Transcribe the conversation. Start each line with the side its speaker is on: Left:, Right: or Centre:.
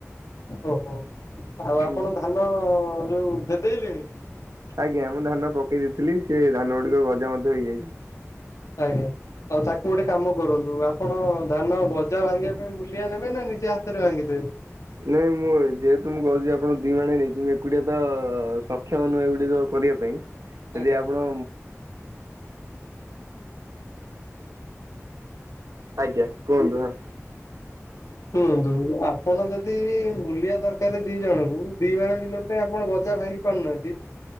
Left: ଓହୋ। ଆଉ ଆପଣ
Right: ହୁଁ
Left: ଧାନ ଯୋଉ ଭେଦେଇଲେଣି?
Right: ଆଜ୍ଞା। ମୁଁ ଧାନ ପକେଇ ଦେଇଥିଲି ସେ ଧାନ ଗୁଡିକ ଗଜା ମଧ୍ୟ ହେଇଯାଇଛି।
Left: ଆଜ୍ଞା। ଆଉ ତାକୁ ଗୋଟେ କାମ କରନ୍ତୁ। ଆପ ଆପଣ ଧାନ ଗଜା ଭାଙ୍ଗିବା ପାଇଁ ମୂଲିଆ ନେବେ ନା ନିଜେ ହାତରେ ଭାଙ୍ଗିଦେବେ?
Right: ନାଇଁ ମୁଁ ଯେହେତୁ ମୁଁ କହୁଛି ଆପଣ ଦି ମାଣେ ନେଇଛି ମୁଁ ଏକୁଟିଆ ତ ସକ୍ଷମ ନୁହେଁ ଏଗୁଡିକ କରିବା ପାଇଁ।
Left: ଆଜ୍ଞା।
Right: ଯଦି ଆପଣ ଆଜ୍ଞା। କୁହନ୍ତୁ ହଁ।
Left: ଶୁଣନ୍ତୁ। ଆପଣ ଯଦି ମୂଲିଆ ଦରକାର ଗୋଟାଏ ରେ ଦି ଜଣଙ୍କୁ ଦି ମାଣେ ବିଲ ପାଇଁ ଆପଣ ଗଜା ଭାଙ୍ଗି ପାରୁନାହାନ୍ତି?